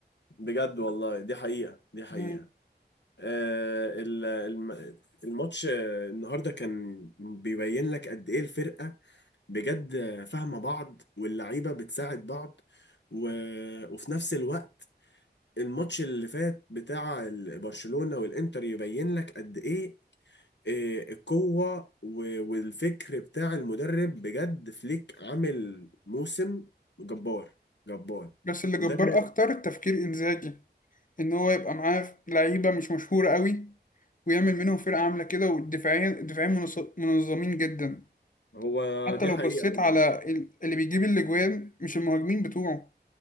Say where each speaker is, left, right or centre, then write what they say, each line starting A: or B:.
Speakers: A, on the left; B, on the left.
A: بجد والله دي حقيقة دي حقيقة
B: مم.
A: آه، ال- الم- الماتش آه، النهاردة كان بيبين لك قد إيه الفرقة بجد فاهمة بعض واللعيبة بتساعد بعض و... وفي نفس الوقت الماتش اللي فات بتاع ال- برشلونة والإنتر يبين لك قد إيه آه، القوة و- والفكر بتاع المدرب بجد فليك عامل موسم جبار جبار
B: بس اللي
A: مدرب
B: جبار أكتر تفكير إنزاجي ان هو يبقى معاه لعيبه مش مشهوره قوي ويعمل منهم فرقه عامله كده والدفاعين الدفاعين منص- منظمين جدا
A: هو
B: حتى
A: دي
B: لو
A: حقيقة
B: بصيت على
A: برضه
B: ال- اللي بيجيب الاجوان مش المهاجمين بتوعه